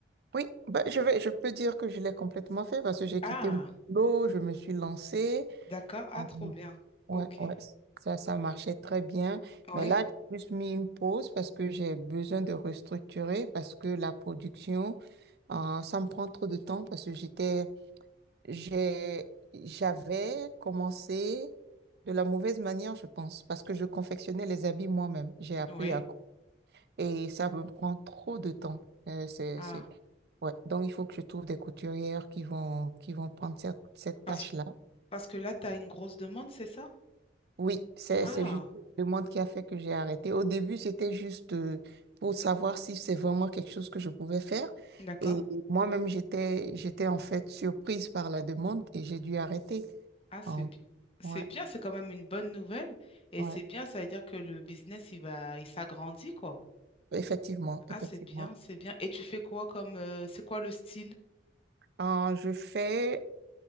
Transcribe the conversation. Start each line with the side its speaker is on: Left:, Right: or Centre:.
Right: oui, ben, je vais, je peux dire que je l'ai complètement fait parce que j'ai
Left: Ah,
Right: quitté mon boulot, je me suis lancée.
Left: d'accord. Ah,
Right: Euh,
Left: trop bien.
Right: ouais,
Left: Ok.
Right: ouais, ça, ça marchait très bien.
Left: Oui,
Right: Mais là, j'ai plus mis une pause parce que j'ai besoin de restructurer parce que la production, euh, ça me prend trop de temps parce que j'étais J'ai, j'avais commencé de la mauvaise manière, je pense, parce que je confectionnais les habits moi-même. J'ai appris
Left: oui.
Right: à... cou- Et ça me prend trop de temps. Euh, c'est,
Left: Ah,
Right: c'est... Ouais. Donc, il faut que je trouve des couturières qui vont, qui vont prendre cette, cette
Left: parce,
Right: tâche-là.
Left: parce que là, tu as une grosse demande, c'est ça?
Right: Oui, c'est,
Left: Ah,
Right: c'est juste la demande qui a fait que j'ai arrêté. Au début, c'était juste euh, pour savoir si c'est vraiment quelque chose que je pouvais faire.
Left: d'accord.
Right: Et moi-même, j'étais, j'étais en fait surprise par la demande et j'ai dû arrêter.
Left: Ah, c'est
Right: En-
Left: bi- c'est
Right: ouais.
Left: bien, c'est quand même une bonne nouvelle. Et
Right: Ouais.
Left: c'est bien, ça veut dire que le business, il va, il s'agrandit, quoi.
Right: Effectivement,
Left: Ah,
Right: effectivement.
Left: c'est bien, c'est bien. Et tu fais quoi comme, euh, c'est quoi le style?
Right: Euh, je fais